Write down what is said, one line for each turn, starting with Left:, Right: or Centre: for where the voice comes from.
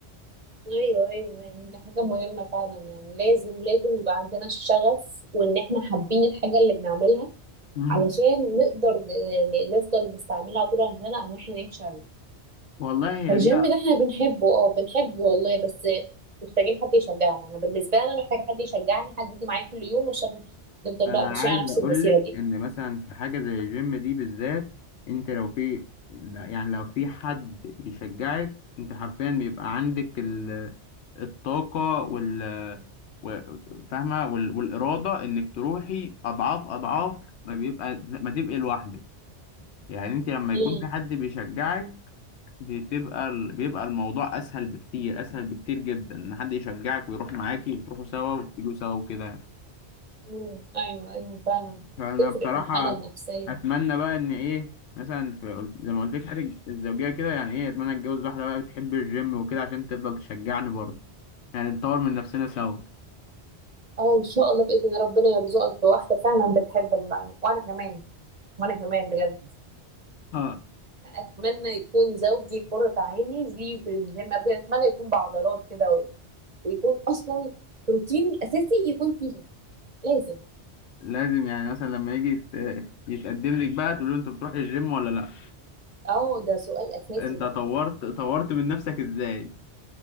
Right: أيوة أيوة يعني دي حاجة مهمة فعلا يعني لازم لازم يبقى عندنا الشغف وإن إحنا حابين الحاجة اللي بنعملها
Left: مم.
Right: علشان نقدر ن- يعني نفضل نستعملها طول عمرنا أو إحنا نمشي عليه
Left: والله هي
Right: فالجيم
Left: دي
Right: ده إحنا بنحبه أه بنحبه والله بس محتاجين حد يشجعنا أنا بالنسبة لي أنا محتاجة حد يشجعني حد يجي معايا كل يوم عشان نفضل
Left: انا
Right: بقى ماشية
Left: عايز
Right: على نفس
Left: اقولك
Right: المسيرة دي
Left: ان مثلا في حاجه زي الجيم دي بالذات انت لو في لا، يعني لو في حد يشجعك انت حرفيا بيبقى عندك ال- الطاقه وال و- فاهمه وال- والاراده انك تروحي اضعاف اضعاف ما بيبقى ما تبقي لوحدك يعني انت لما يكون
Right: امم
Left: في حد بيشجعك بتبقى ال- بيبقى الموضوع اسهل بكتير اسهل بكتير جدا ان حد يشجعك ويروح معاكي وتروحوا سوا وتيجوا سوا وكده
Right: امم ايوه ايوه فعلا
Left: فانا
Right: تفرق
Left: بصراحه
Right: في الحاله النفسيه
Left: اتمنى بقى ان ايه مثلا في زي ما قلت لك حاجه الزوجيه كده يعني ايه اتمنى اتجوز واحده بقى بتحب الجيم وكده عشان تفضل تشجعني برضه يعني نطور من نفسنا سوا
Right: اه ان شاء الله باذن الله ربنا يرزقك بواحده فعلا بتحب المعنى وانا كمان وانا كمان بجد
Left: اه
Right: اتمنى يكون زوجي قرة عيني ليه في الجيم اتمنى يكون بعضلات كده و- ويكون اصلا روتين الاساسي يكون فيه جيم لازم
Left: لازم يعني مثلا لما يجي يت- يتقدم لك بقى تقول له انت بتروح الجيم ولا لا
Right: اه ده سؤال اساسي
Left: انت
Right: ده
Left: طورت طورت من نفسك ازاي